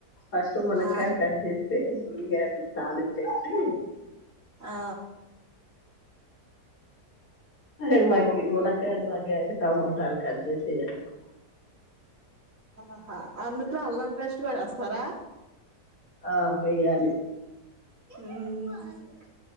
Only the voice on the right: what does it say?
ఆ
ఆ
ఆహా అందుట్లో అల్లం పేస్ట్ గూడేస్తారా
ఉ